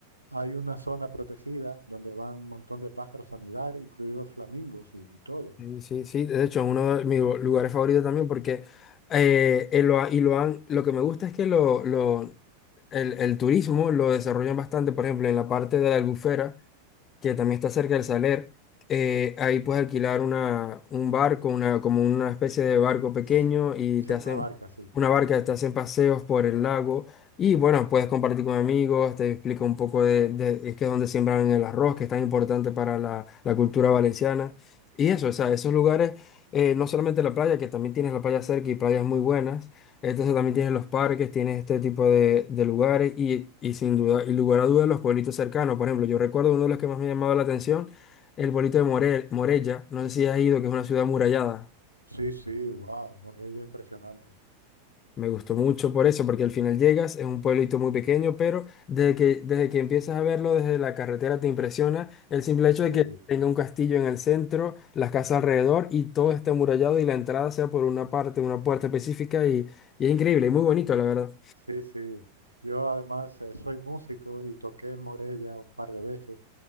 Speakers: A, on the right; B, on the left.
A: hay una zona protegida donde van un montón de pájaros a anidar, incluidos flamingos y, y todo.
B: Sí, sí, sí. De hecho, es uno de mis lu- lugares favoritos también porque eh, eh, lo, ha- y lo, han, lo que me gusta es que lo, lo, el, el turismo lo desarrollan bastante, por ejemplo, en la parte de la Albufera. que también está cerca del Saler, eh, ahí puedes alquilar una, un barco, una, como una especie de barco pequeño
A: Sí,
B: y te
A: sí,
B: hacen
A: una barca, sí.
B: una barca, te hacen paseos por el lago y bueno, puedes compartir con amigos, te explico un poco de, de- es que es donde siembran el arroz, que es tan importante para la, la cultura valenciana y eso, o sea, esos lugares, eh, no solamente la playa, que también tienes la playa cerca y playas muy buenas. Entonces también tienes los parques, tienes este tipo de, de lugares y, y sin duda, y lugar a duda los pueblitos cercanos. Por ejemplo, yo recuerdo uno de los que más me ha llamado la atención, el pueblito de Morel Morella. No sé si has ido, que es una ciudad amurallada.
A: Sí, sí, wow, Morella, impresionante.
B: Me gustó mucho por eso, porque al final llegas, es un pueblito muy pequeño, pero desde que, desde que empiezas a verlo desde la carretera te impresiona el simple hecho
A: Sí,
B: de que tenga un castillo en el centro, las casas alrededor y todo esté amurallado y la entrada sea por una parte, una puerta específica y, y es increíble y muy bonito, la verdad.
A: sí, sí. Yo además eh, soy músico y toqué en Morella un par de veces.